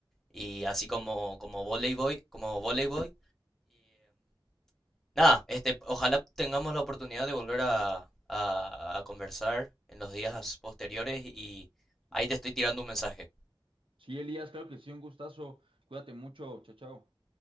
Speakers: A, in the centre; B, on the right (about 85°).
A: y así como como voleibol, como voleibol. Nada, este, ojalá tengamos la oportunidad de volver a, a a conversar en los días posteriores y ahí te estoy tirando un mensaje.
B: Sí, Elías, claro que sí, un gustazo. Cuídate mucho, chao, chao.